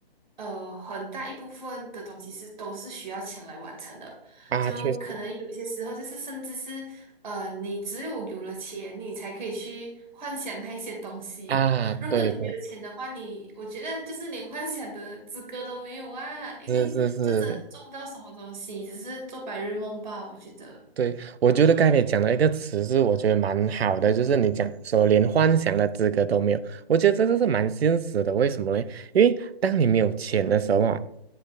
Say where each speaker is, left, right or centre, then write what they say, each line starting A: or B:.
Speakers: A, on the right; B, on the right.
A: 呃，很大一部分的东西是都是需要钱来完成的，
B: 啊，
A: 就可能有一些时候就是甚至是，
B: 确实
A: 呃，你只有有了钱，你才可以去幻想那一些东西。
B: 啊，
A: 如果你没有钱的话，
B: 对
A: 你我觉得就是连幻想的资格都没有啊，因为就真的是做不到什么东西，
B: 是是是，
A: 只是做白日梦吧，我觉得。
B: 对，我觉得刚才你讲的一个词是我觉得蛮好的，就是你讲说连幻想的资格都没有，我觉得这个是蛮现实的。为什么呢？因为当你没有钱的时候啊，